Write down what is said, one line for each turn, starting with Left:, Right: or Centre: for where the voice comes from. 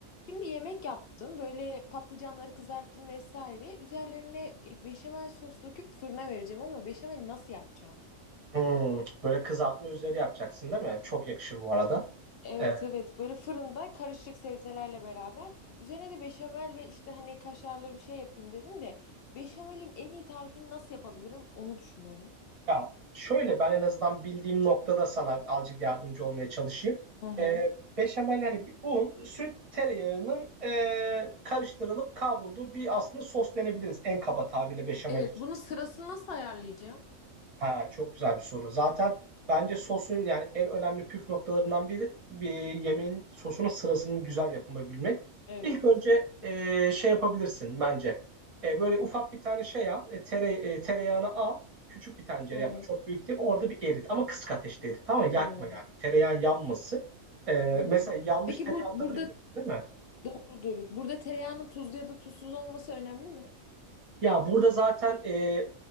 Left: Şimdi yemek yaptım. Böyle patlıcanları kızarttım vesaire. Üzerlerine e, beşamel sos döküp fırına vereceğim ama beşamel nasıl yapacağım?
Right: Hmm, böyle kızartma üzeri yapacaksın değil mi? Çok yakışır bu arada.
Left: Evet
Right: Ee,
Left: evet böyle fırında karışık sebzelerle beraber üzerine de beşamel ve işte hani kaşarlı bir şey yapayım dedim de beşamelin en iyi tarifini nasıl yapabilirim onu düşünüyorum.
Right: ya şöyle ben en azından bildiğim noktada sana azıcık yardımcı olmaya çalışayım.
Left: Hı hı.
Right: Ee, beşamel yani bir un, süt, tereyağının ee, karıştırılıp kavrulduğu bir aslında sos denebiliriz en kaba tabirle beşamel
Left: Evet
Right: için.
Left: bunun sırasını nasıl ayarlayacağım?
Right: Ha, çok güzel bir soru. Zaten bence sosun yani en önemli püf noktalarından biri bir yemeğin sosunun sırasını güzel yapabilmek.
Left: Evet.
Right: İlk önce e, şey yapabilirsin bence. E, böyle ufak bir tane şey al, e, tere, e, tereyağını al. Küçük bir tencere
Left: Hı hı.
Right: ama çok büyük değil. Orada bir erit ama kısık ateşte erit. Tamam mı? Yakma
Left: Hı
Right: yani. Tereyağı yanmasın. E,
Left: hı. hı.
Right: mesela yanmış
Left: Peki
Right: tereyağı
Left: bu burada
Right: tadını biliyorsun değil mi?
Left: doğrudur. Burada tereyağının tuzlu ya da tuzsuz olması önemli mi?
Right: Ya burada zaten e,